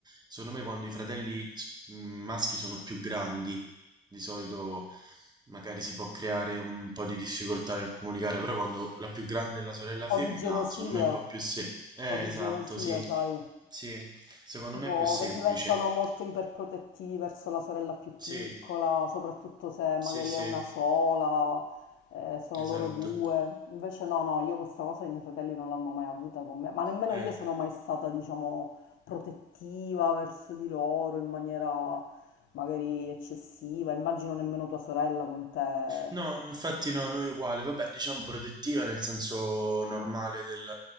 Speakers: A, on the right (about 20°); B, on the left (about 80°).
A: secondo me quando i fratelli s- mh, maschi sono più grandi, di solito magari si può creare un po' di difficoltà nel comunicare, però quando la più grande è la sorella femmina,
B: O di gelosia.
A: secondo me è un po' più semplice. Eh,
B: po' di
A: esatto,
B: gelosia,
A: sì.
B: sai,
A: Sì, secondo
B: tipo
A: me è più semplice.
B: che diventano molto iperprotettivi verso la sorella più
A: Sì,
B: piccola, soprattutto se magari
A: sì, sì,
B: è una sola, eh, sono
A: esatto.
B: loro due. Invece no, no, io questa cosa i miei fratelli non l'hanno mai avuta con me, ma nemmeno
A: Eh.
B: io sono mai stata, diciamo, protettiva verso di loro in maniera magari eccessiva. Immagino nemmeno tua sorella con te.
A: No, infatti no, noi uguale, vabbè, diciamo protettiva nel senso normale del,